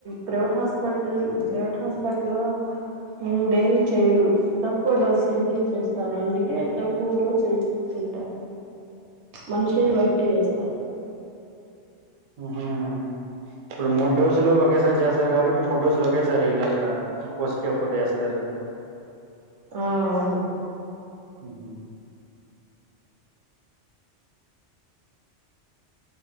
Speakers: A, on the right; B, on the right.
A: ప్రైవేట్ హాస్పిటల్ ప్రైవేట్ హాస్పిటల్లో మూడేం చేయరు తక్కువ డోస్ వేసి చేస్తారు అందుకే తక్ స్కూల్లో చేస్తుంటారు మనిషిని బట్టి వేస్తారు
B: ఆ ఇప్పుడు మూడు డోసులు ఒకేసారి చేస్తారు కాబట్టి మూడు డోసులు ఒకేసారి వేయరు అక్కడ ఒకోష్టి ఒక్కొటి వేస్తారు
A: ఆ అవును
B: ఉహు